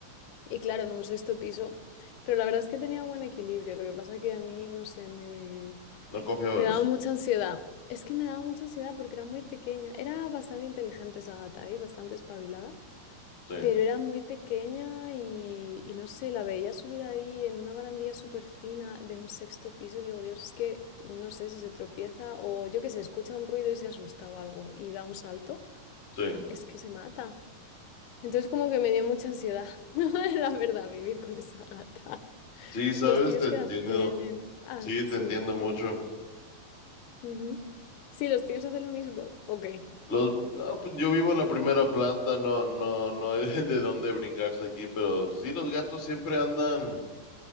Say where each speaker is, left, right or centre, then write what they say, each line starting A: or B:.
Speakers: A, on the left; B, on the left.
A: Y claro, en un sexto piso, pero la verdad es que tenía buen equilibrio, lo que pasa que a mí, no sé, me,
B: ¿No confiabas?
A: me daba mucha ansiedad. Es que me daba mucha ansiedad porque era muy pequeña, era bastante inteligente esa gata, ¿eh? Bastante espabilada,
B: Sí,
A: pero era muy pequeña y, y no sé, la veía subida ahí en una barandilla súper fina de un sexto piso y digo, Dios, es que no sé si se tropieza o yo que sé, escucha un ruido y se asusta o algo y da un salto,
B: sí.
A: es que se mata. Entonces como que me dio mucha ansiedad, <laughs> la verdad, vivir con esa gata.
B: Sí, sabes,
A: ¿Los tíos
B: te
A: qué
B: entiendo.
A: edad tienen? Ah,
B: Sí, te
A: sí.
B: entiendo mucho.
A: Sí. Ujú. Sí, los tíos hacen lo mismo. Ok.
B: Los, no, pues yo vivo en la primera planta, no, no, no hay <laughs> de dónde brincarse aquí, pero sí, los gatos siempre andan.